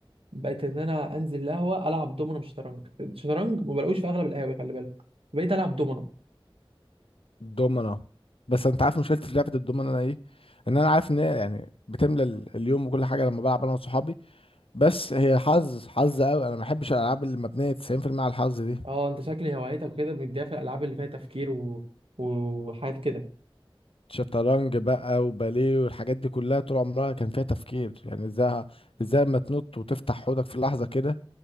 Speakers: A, on the right (about 80°); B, on the left (about 80°).
A: بقيت ان انا انزل القهوه العب دومنه مش شطرنج الشطرنج ما بلاقوش في اغلب القهاوي خلي بالك بقيت العب دومنه
B: دومنا بس انت عارف مشكلتي في لعبه الدومنا انا ايه ان انا عارف ان هي يعني بتملى ال- اليوم وكل حاجه لما بلعب انا وصحابي بس هي حظ حظ قوي انا ما بحبش الالعاب اللي مبنيه 90% على الحظ دي
A: اه انت شكلي هوايتك كده مديها في الالعاب اللي فيها تفكير و... وحاجات كده
B: شطرنج بقى وباليه والحاجات دي كلها طول عمرها كان فيها تفكير يعني ازاي ازاي ما تنط وتفتح حوضك في لحظه كده